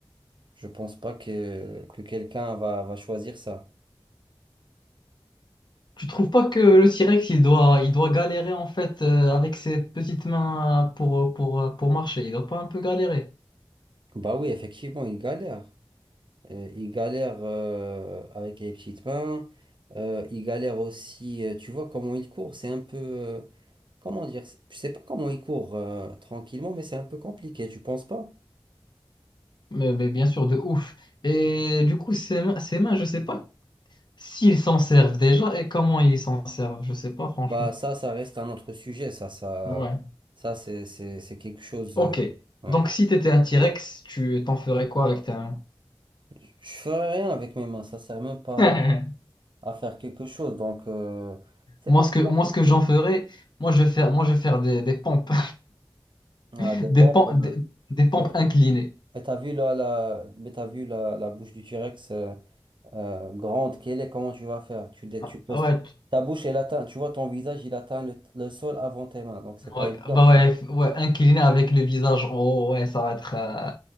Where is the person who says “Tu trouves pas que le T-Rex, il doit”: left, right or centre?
Left